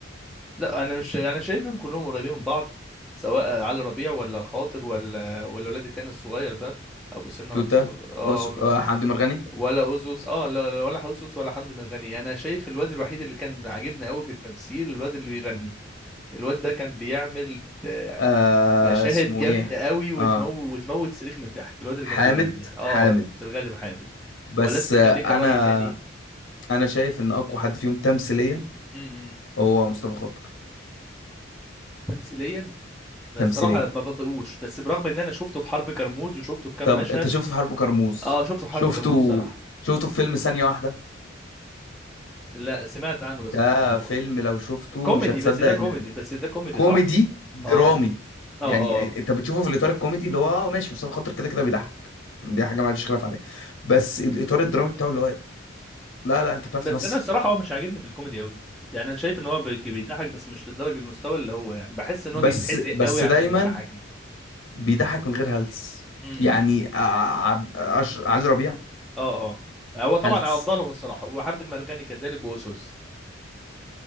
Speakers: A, in the centre; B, on the left.
A: لا انا مش انا شايفهم كلهم قريبين من بعض سواء علي ربيع ولا خاطر ولا ولا الولاد التاني الصغير ده ابو سنه
B: توتا
A: مكسور اه
B: أوس- آه، حمدي مرغني
A: ولا اوزوس اه لا لا، ولا اوزوس ولا حمدي مرغني انا شايف الواد الوحيد اللي كان عاجبني قوي في التمثيل الواد اللي بيغني الواد ده كان بيعمل آه،
B: آه
A: مشاهد
B: اسمه
A: جامده
B: إيه
A: قوي وتموت
B: آه
A: وتموت صريخ من الضحك الواد اللي كان
B: حامد
A: بيغني اه
B: حامد
A: في الغالب حامد
B: بس
A: ولا انت
B: آه،
A: كان ليك
B: انا
A: راي تاني
B: انا شايف ان اقوى حد فيهم تمثيليا
A: امم
B: هو مصطفى خاطر
A: تمثيليا ما
B: تمثيليا
A: الصراحه ما بطيقوش بس برغم ان انا شفته في حرب كرموز وشفته في كام
B: طب
A: مشهد
B: انت شفته في حرب كرموز
A: اه شفته في
B: شفته
A: حرب كرموز الصراحه
B: شفته في فيلم ثانية واحدة
A: لا سمعت عنه بس
B: ده
A: ما شفتوش
B: فيلم لو شفته
A: كوميدي
B: مش هتصدق
A: بس ده
B: ان
A: كوميدي بس ده كوميدي
B: كوميدي
A: صح
B: درامي
A: اه اه
B: يعني
A: اه
B: انت بتشوفه في الاطار الكوميدي اللي هو اه ماشي مصطفى خاطر كده كده بيضحك دي حاجة ما فيش خلاف عليها بس الاطار الدرامي بتاعه اللي هو لا لا انت بتعرف
A: بس
B: تمثل
A: انا الصراحه هو مش عاجبني في الكوميدي قوي يعني انا شايف ان هو بي- بيضحك بس مش لدرجه المستوى اللي هو يعني بحس ان
B: بس
A: هو بيتحزق
B: بس
A: قوي عشان
B: دايما
A: يضحكنا
B: بيضحك من غير هلس
A: امم
B: يعني ع- عب... أش... علي ربيع
A: اه اه هو طبعا
B: هلس
A: افضلهم الصراحه وحمد المرغني كذلك واسوس